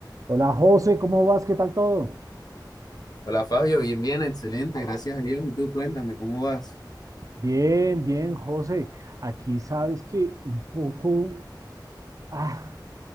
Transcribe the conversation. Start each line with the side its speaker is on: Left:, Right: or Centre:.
Right: Hola José, ¿cómo vas? ¿Qué tal todo?
Left: Hola Fabio, bien, bien, excelente, gracias a Dios. Y tú, cuéntame, ¿cómo vas?
Right: Bien, bien, José. Aquí sabes que un poco, ah,